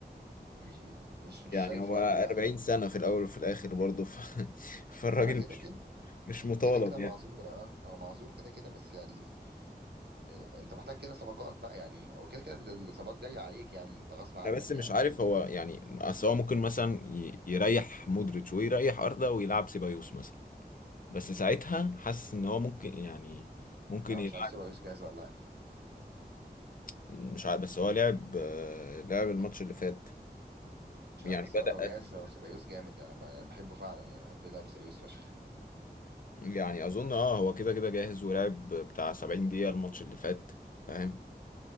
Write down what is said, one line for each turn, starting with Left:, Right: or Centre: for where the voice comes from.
Right: مش مش مش
Left: يعني
Right: شايفه
Left: هو 40
Right: قوي يعني
Left: سنة في الأول وفي الآخر برضه ف... <laughs> فالراجل
Right: ما كده
Left: مش
Right: كده
Left: مش مطالب
Right: كده كده
Left: يعني
Right: معذور اه هو معذور كده كده بس يعني إيه، انت محتاج كده صفقات بقى يعني وكده كده الاصابات جايه عليك يعني انت غصب عنك
Left: أنا بس مش
Right: يعني
Left: عارف هو يعني أصل هو ممكن مثلا ي- يريح مودريتش ويريح أردا ويلعب سيبايوس مثلا بس ساعتها حاسس إن هو ممكن يعني ممكن
Right: انا
Left: يلعب
Right: مش عارف سيبايوس جاهز ولا لا
Left: مش عارف بس هو لعب آه، لعب الماتش اللي فات
Right: مش
Left: يعني
Right: عارف بس
Left: بدأ
Right: هو لو جاهز هو سيبايوس جامد يعني انا يعني بحبه فعلا يعني بحب لعب سيبايوس فشخ
Left: يعني أظن أه هو كده كده جاهز ولعب بتاع 70 دقيقة الماتش اللي فات فاهم